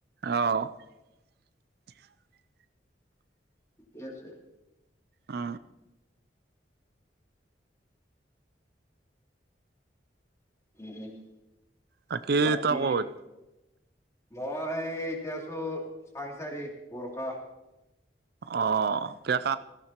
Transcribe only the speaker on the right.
অ
অ
তাকেই
ত ক'ত
অঁ এতিয়া ক